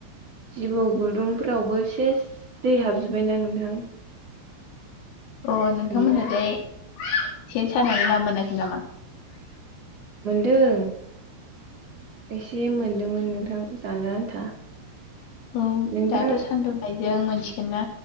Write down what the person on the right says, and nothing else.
जिबौ गुदुंफोरावबो सेस दै हाबजोबबायना नोंथां
ओमफ्राय
दों एसे मोनदोंमोन नोंथां जानो आन्था
नोंथां